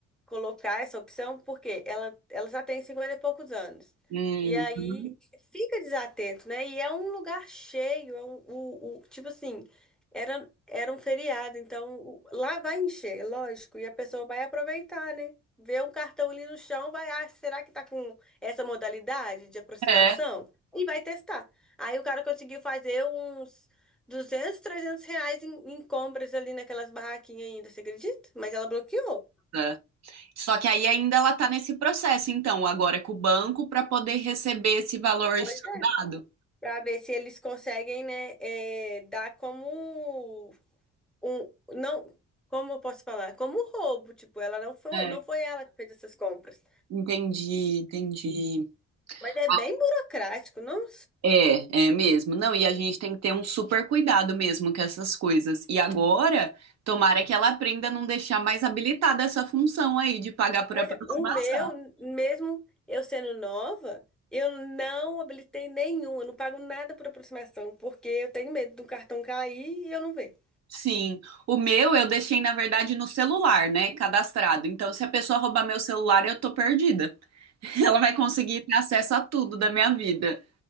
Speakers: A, in the centre; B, on the right (about 60°).
A: colocar essa opção, porque ela, ela já tem 50 e poucos anos.
B: Uhum.
A: E aí fica desatento, né? E é um lugar cheio, é um, o, o- tipo assim, era, era um feriado, então o- lá vai encher, lógico, e a pessoa vai aproveitar, né? Vê um cartão ali no chão, vai, ah, será que tá com essa modalidade de aproximação?
B: É.
A: E vai testar. Aí o cara conseguiu fazer uns 200 300 reais em, em compras ali naquelas barraquinhas ainda, você acredita? Mas ela bloqueou.
B: Nossa. Só que aí ainda ela tá nesse processo, então, agora é com o banco para poder receber esse valor
A: Pois
B: estornado.
A: é. Pra ver se eles conseguem, né, é, dar como um, não, como eu posso falar? Como um roubo, tipo, ela não foi,
B: É.
A: não foi ela que fez essas compras.
B: Entendi, entendi.
A: Mas é bem
B: Ah,
A: burocrático, não?
B: É, é mesmo. Não, e a gente tem que ter um super cuidado mesmo com essas coisas. E agora, tomara que ela aprenda a não deixar mais habilitada essa função aí de pagar por
A: Pois
B: aproximação.
A: é, o meu, mesmo eu sendo nova, eu não habilitei nenhum, eu não pago nada por aproximação, porque eu tenho medo do cartão cair e eu não ver.
B: Sim, o meu eu deixei, na verdade, no celular, né? Cadastrado. Então, se a pessoa roubar meu celular, eu tô perdida. <laughs> Ela vai conseguir ter acesso a tudo da minha vida.